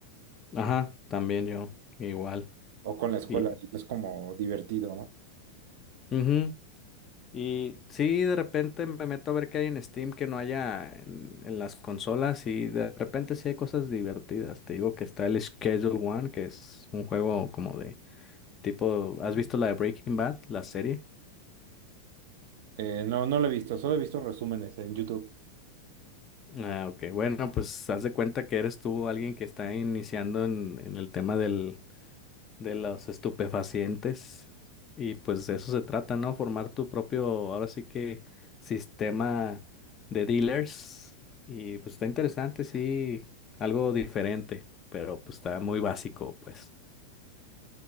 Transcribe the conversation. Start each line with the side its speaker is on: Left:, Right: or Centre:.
Left: Ajá, también yo, igual.
Right: o con la escuela
Left: Y
Right: y no es como divertido, ¿no?
Left: Ujú. Y sí, de repente me meto a ver qué hay en Steam que no haya en, en las consolas y de repente sí hay cosas divertidas. Te digo que está el Schedule One, que es un juego como de tipo, ¿has visto la de Breaking Bad, la serie?
Right: Eh, no, no lo he visto, solo he visto resúmenes en YouTube.
Left: Ah, ok, bueno, pues haz de cuenta que eres tú alguien que está iniciando en, en el tema del de los estupefacientes. Y pues de eso se trata, ¿no? Formar tu propio, ahora sí que, sistema de dealers. Y pues está interesante, sí, algo diferente, pero pues está muy básico, pues.